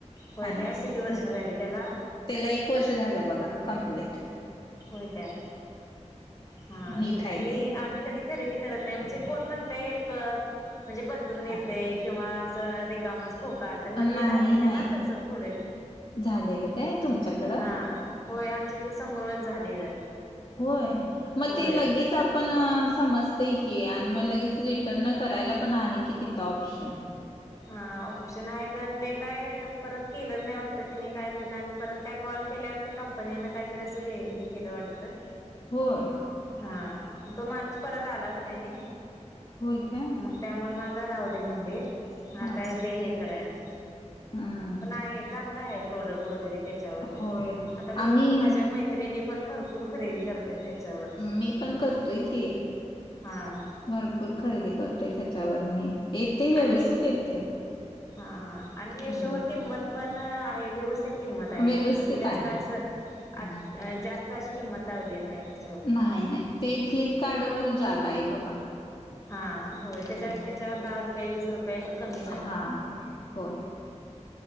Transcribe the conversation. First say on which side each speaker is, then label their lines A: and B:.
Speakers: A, on the left; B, on the left.
A: होय
B: आणि
A: काय किती
B: ते
A: वर्ष
B: ह
A: झाली त्याला.
B: त्याला एक वर्ष झालं बघा कम्प्लीट.
A: होय काय हा,
B: नीट आहे
A: मी
B: ते
A: आम्ही कधी. खरेदी करत नाही म्हणजे कोण म्हणतय म्हणजे बदलून येते
B: हा
A: किंवा अस रे रिकामं खोक आल ते मधी
B: नाही
A: झालेलं
B: नाही
A: ना तस थोडे
B: झालेलं काय तुमच्याकडं
A: हा. होय आमच्या इथं समोरच झालेलं.
B: होय मग
A: होय
B: ते लगेच आप पण समजते की आणि मग लगेच रिटर्न करायला पण आहे की तिथं ऑप्शन.
A: हा ऑप्शन आहे कारण ते काय परत केलंच नाही वाटत, तिने काय झालं आणि परत काय कॉल केल्यावरते कंपनीनं काहीतरी असं वेळ हे केलं वाटतं.
B: होय
A: हा तो माणूस परत आलाच नाही ना
B: होय काय
A: मग त्यामुळे मा राह दे म्हणले
B: हा
A: काय
B: हा
A: लय हे कराय
B: हम्म
A: पण आहे चांगला आहे. प्रोडक्ट वगैरे त्याच्यावर बी
B: होय
A: आता भरपूर
B: आम्ही
A: माझ्या मैत्रिणी पण भरपूर खरेदी करत्या त्याच्यावर
B: मी पण करत तोयकी
A: हा
B: भरपूर, खरेदी करते, त्याच्यावर मी येतय व्यवस्थित
A: आणि
B: येतय,
A: हा हा आणि मेशोवर
B: हम्
A: किंमत पण आहे, व्यवस्थित किंमत आहे,
B: व्यवस्थित
A: पण जास्त
B: आहे
A: असं आती
B: ह
A: जास्त ताशी किंमत लावलेली नाय तस
B: न्हाय, नाय ते, फ्लिपकार्टवर जादा आहे बघा?
A: हा, होय, त्याच्यापेक्षा
B: हम्म
A: याच्यावर, दहा रुपये- वीस रुप याचं कमी
B: हा, होय